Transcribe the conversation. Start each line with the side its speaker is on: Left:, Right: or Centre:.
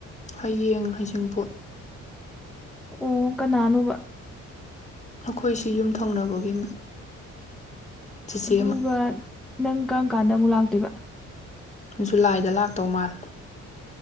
Left: ꯍꯌꯦꯡ ꯍꯩꯁꯤꯡꯄꯣꯠ
Centre: ꯑꯣ ꯀ ꯅꯅꯨ
Left: ꯑꯩꯈꯣꯏꯁꯤ ꯌꯨꯝ ꯊꯪꯅꯕꯒꯤ ꯆꯤꯆꯦ
Centre: ꯑꯗꯨꯒ
Left: ꯑꯃ
Centre: ꯅꯪ ꯀꯔꯝ ꯀꯥꯟꯗ ꯑꯃꯨꯛ ꯂꯥꯛꯇꯣꯏꯕ
Left: ꯖꯨꯂꯥꯏꯗ ꯂꯥꯛꯇꯧ ꯃꯥꯜ